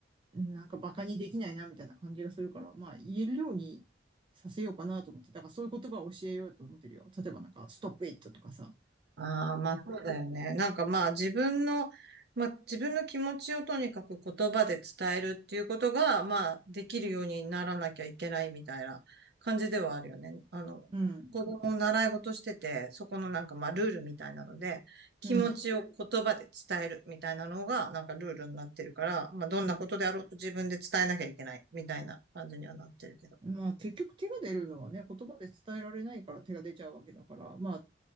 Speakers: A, on the right; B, on the right.
A: う、なんか馬鹿にできないなみたいな感じがするから、まあ、言えるようにさせようかなと思って、だからそういう言葉を教えようと思ってるよ。例えばなんか、ストップイットとかさ、
B: ああ、まあそうだよね。なんかまあ自分の、まあ自分の気持ちをとにかく言葉で伝えるっていうことが、まあできるようにならなきゃいけないみたいな感じではあるよね。あの、
A: うん、
B: 子供を習い事してて、そこのなんかまあルールみたいなので、気持ちを言葉で伝えるみたいなのがなんかルールになってるから、
A: うん。
B: まあどんなことであろうと自分で伝えなきゃいけないみたいな感じにはなってるけど。
A: うんまあ結局手が出るのはね、言葉で伝えられないから手が出ちゃうわけだから、まあ